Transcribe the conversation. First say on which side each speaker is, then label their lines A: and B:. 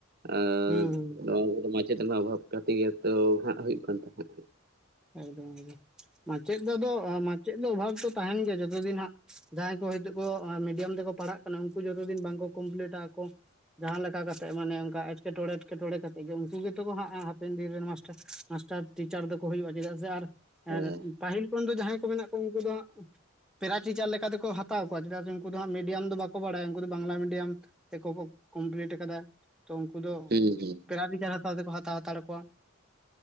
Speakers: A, on the right; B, in the centre.
A: ᱟᱨ
B: ᱦᱩᱸ
A: ᱱᱚᱣᱟ ᱠᱚᱫᱚ ᱢᱟᱪᱮᱫ ᱨᱮᱱᱟᱜ ᱚᱵᱷᱟᱵᱽ ᱠᱷᱟᱛᱤᱨ ᱛᱟᱹᱣ ᱦᱟᱸᱜ ᱦᱩᱭᱩᱜ ᱠᱟᱱ ᱛᱟᱦᱮᱸᱫ।
B: ᱮᱠᱫᱚᱢ ᱮᱠᱫᱚᱢ ᱢᱟᱪᱮᱫ ᱫᱚ ᱟᱫᱚ ᱢᱟᱪᱮᱫ ᱫᱚ ᱚᱵᱷᱟᱵ ᱛᱚ ᱛᱟᱦᱮᱱ ᱜᱮᱭᱟ ᱡᱚᱛᱚ ᱫᱤᱱ ᱦᱟᱸᱜ ᱡᱟᱦᱟᱸᱭ ᱠᱚ ᱦᱭᱛᱳ ᱠᱚ ᱢᱤᱰᱤᱭᱟᱢ ᱛᱮᱠᱚ ᱯᱟᱲᱦᱟᱜ ᱠᱷᱟᱱ ᱩᱱᱠᱩ ᱡᱚᱛᱚ ᱫᱤᱱ ᱵᱟᱝᱠᱚ ᱠᱚᱢᱯᱤᱞᱤᱴᱟ ᱟᱠᱚ ᱡᱟᱦᱟᱸ ᱞᱮᱠᱟ ᱠᱟᱛᱮᱜ ᱢᱟᱱᱮ ᱚᱱᱠᱟ ᱮᱴᱠᱮᱴᱚᱬᱮ ᱮᱴᱠᱮᱴᱚᱬᱮ ᱠᱟᱛᱮᱜ ᱜᱮ ᱩᱱᱠᱩ ᱜᱮᱛᱚ ᱠᱚ ᱦᱟᱸᱜ ᱦᱟᱯᱮᱱ ᱫᱤᱱ ᱨᱮᱱ ᱢᱟᱥ ᱢᱟᱥᱴᱟᱨ ᱴᱤᱪᱟᱨ ᱫᱚᱠᱚ ᱦᱩᱭᱩᱜᱼᱟ ᱪᱮᱫᱟᱜ ᱥᱮ ᱟᱨ
A: ᱦᱮᱸ
B: ᱯᱟᱦᱤᱞ ᱩᱱ ᱫᱚ ᱡᱟᱦᱟᱸᱭ ᱠᱚ ᱢᱮᱱᱟᱜ ᱠᱚᱣᱟ ᱩᱱᱠᱩ ᱫᱚ ᱦᱟᱸᱜ ᱯᱮᱨᱟ ᱴᱤᱪᱟᱨ ᱞᱮᱠᱟᱛᱮᱠᱚ ᱦᱟᱛᱟᱣ ᱠᱚᱣᱟ ᱪᱮᱫᱟᱜ ᱥᱮ ᱩᱱᱠᱩ ᱫᱚ ᱦᱟᱸᱜ ᱢᱤᱰᱤᱭᱟᱢ ᱫᱚ ᱵᱟᱠᱚ ᱵᱟᱲᱟᱭᱟ ᱩᱱᱠᱩ ᱫᱚ ᱵᱟᱝᱞᱟ ᱢᱤᱰᱤᱭᱟᱢ᱾ ᱛᱮᱠᱚ ᱠᱚᱢᱯᱞᱤᱴ ᱠᱟᱫᱟ ᱛᱚ ᱩᱱᱠᱩ ᱫᱚ
A: ᱦᱩᱸ ᱦᱩᱸ
B: ᱯᱮᱨᱟ ᱴᱤᱪᱟᱨ ᱦᱟᱛᱟᱣ ᱛᱮᱠᱚ ᱦᱟᱛᱟᱣ ᱦᱟᱛᱟᱲ ᱠᱚᱣᱟ।